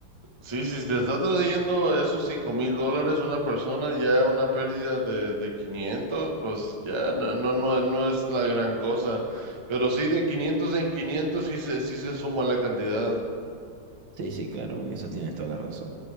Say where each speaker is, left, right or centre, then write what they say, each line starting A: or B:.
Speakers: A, on the right; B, on the right.
A: sí, si te está trayendo esos cinco mil dólares una persona, ya una pérdida de, de 500, pues ya no, no, no, no es la gran cosa. Pero sí, de 500 en 500 sí se, sí se suma la cantidad.
B: Sí, sí, claro, en eso tienes toda la razón.